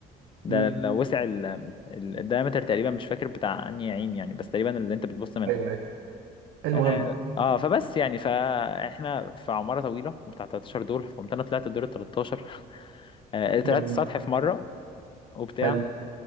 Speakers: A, on the left (about 30°); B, on the right (about 80°).
A: ده
B: امم
A: ال- وسع ال- ال- الدايمتر تقريبا مش فاكر بتاع انهي عين يعني بس تقريبا اللي انت بتبص منها
B: ايوه ايوه المهم
A: اه آه، فبس يعني فاحنا في عمارة طويلة بتاع 13 دور فقمت انا طلعت الدور ال 13 آه، طلعت
B: جميل
A: السطح في مرة وبتاع
B: حلو